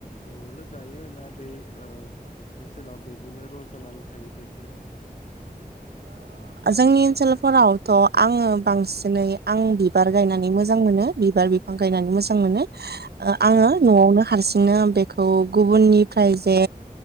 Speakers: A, on the left; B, on the right.
A: न'आवनो गायो ना बे ओनसोलाव बिदिनो रज'नानै थायो बेफोरो
B: जोंनि ओनसोलफोरावथ' आङो बांसिनै आं बि बिबार गायनानै मोजां मोनो बिबार बिफां गायनानै मोजां मोनो आङो
A: औ
B: नआवनो हारसिंनो बेखौ गुबुननिफ्राय जे